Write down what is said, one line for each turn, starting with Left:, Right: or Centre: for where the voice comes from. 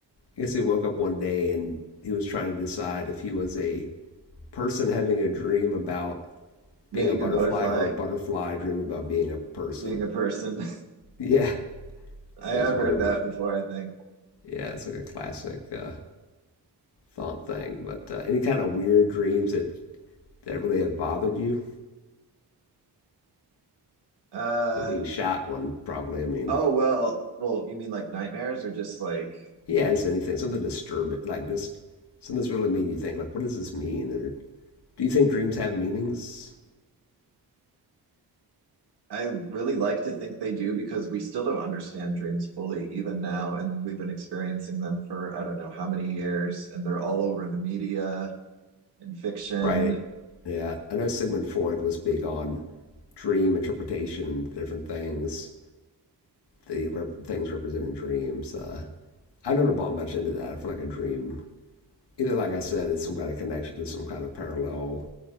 Left: I guess he woke up one day and he was trying to decide if he was a person having a dream about
Right: being
Left: being a butterfly
Right: a butterfly,
Left: or a butterfly dreaming about being a person.
Right: being a person.
Left: Yeah.
Right: <laughs> I
Left: So
Right: have
Left: he was wondering
Right: heard that
Left: which.
Right: before,
Left: one.
Right: I think.
Left: Yeah, it's like a classic uh, thought thing. But uh, any kind of weird dreams that that really have bothered you?
Right: Uh,
Left: The being shot one, probably. I mean,
Right: oh, well, well, you mean like nightmares or just like
Left: yeah, just anything, something disturbing, like just something that's really made you think, like, what does this mean? Or do you think dreams have meanings?
Right: I really like to think they do because we still don't understand dreams fully, even now. And we've been experiencing them for I don't know how many years, and they're all over the media and fiction.
Left: Right. Yeah, I know Sigmund Freud was big on dream interpretation, different things, the rep- things representing dreams. Uh, I never bought much into that. I feel like a dream, either like I said, it's some kind of connection to some kind of parallel